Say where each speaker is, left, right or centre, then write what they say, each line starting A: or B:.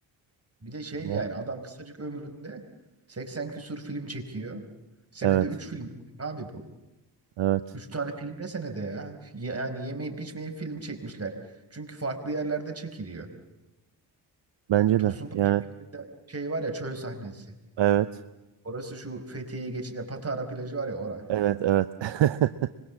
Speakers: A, on the right; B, on the right.
A: Bir de şey
B: Ne?
A: yani adam kısacık ömründe 80 küsur film çekiyor. Senede
B: Evet.
A: 3 film çekiyor abi bu.
B: Evet.
A: 3 tane film ne senede ya? Yani yemeyip içmeyip film çekmişler. Çünkü farklı yerlerde çekiliyor.
B: Bence
A: Tosun
B: de.
A: Paşa
B: Yani
A: filminde şey var ya çöl sahnesi.
B: evet.
A: Orası şu Fethiye'yi geçince Patara plajı var ya oraya.
B: Evet, evet. <laughs>